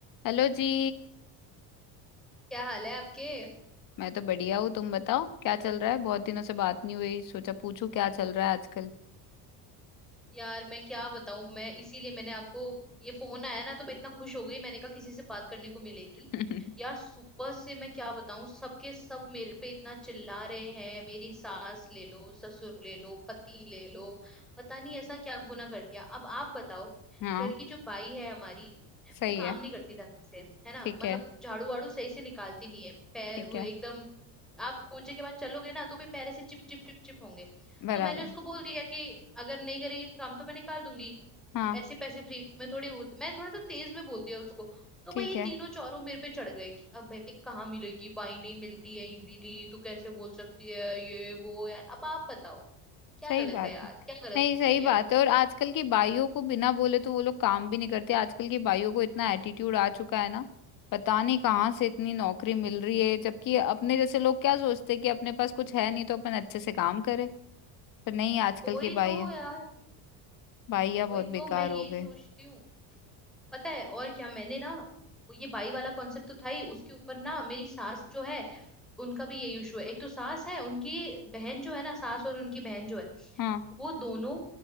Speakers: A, on the left (about 45°); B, in the centre.
A: Hello जी
B: क्या हाल है आपके
A: मैं तो बढ़िया हूँ तुम बताओ क्या चल रहा है बहुत दिनों से बात नहीं हुई सोचा पूछूं क्या चल रहा है आजकल
B: यार मैं क्या बताऊं मैं इसीलिए मैंने आपको ये फोन आया ना तो मैं इतना खुश हो गई मैंने कहा किसी से बात करने को मिलेगी
A: <laughs>
B: यार सुबह से मैं क्या बताऊं सबके सब मेरे पे इतना चिल्ला रहे हैं मेरी सास ले लो ससुर ले लो पति ले लो पता नहीं ऐसा क्या गुनाह कर दिया अब आप बताओ
A: हाँ
B: घर की जो बाई है हमारी
A: सही
B: वो काम
A: है
B: नहीं करती ढंग से है ना
A: ठीक
B: मतलब
A: है
B: झाड़ू वाड़ू सही से निकालती नहीं है पैर
A: ठीक
B: वो
A: है
B: एकदम आप पोछे के बाद चलोगे ना तो भी पैर ऐसे चिप चिप चिप चिप होंगे
A: बराबर
B: तो मैंने उसको बोल दिया कि अगर नहीं करेगी काम तो मैं निकाल दूंगी
A: हाँ
B: ऐसे पैसे फ्री में थोड़ी उड़ते मैंने थोड़ा सा तेज में बोल दिया उसको तो
A: ठीक
B: भाई ये
A: है
B: तीनों चारों मेरे पे चढ़ गए कि अब भाई कहाँ मिलेगी भाई नहीं मिलती है इजीली तू कैसे बोल सकती है ये वो यार अब आप बताओ क्या
A: सही
B: गलत
A: बात
B: है यार
A: है
B: क्या गलत
A: नहीं
B: किया
A: सही बात है और आजकल की बाइयों को बिना बोले तो वो लोग काम भी नहीं करते आजकल की बाइयों को इतना एटीट्यूड आ चुका है ना पता नहीं कहाँ से इतनी नौकरी मिल रही है जबकि अपने जैसे लोग क्या सोचते हैं कि अपने पास कुछ है नहीं तो अपन अच्छे से काम करें पर नहीं आजकल
B: वही
A: के बाइया
B: तो यार
A: बाइया बहुत
B: वही तो
A: बेकार
B: मैं यही
A: हो गए
B: सोचती हूँ पता है और क्या मैंने ना वो ये बाई वाला कॉन्सेप्ट तो था ही उसके ऊपर ना मेरी सास जो है उनका भी ये इशू है एक तो सास है उनकी बहन जो है ना सास और उनकी बहन जो है
A: हाँ
B: वो दोनों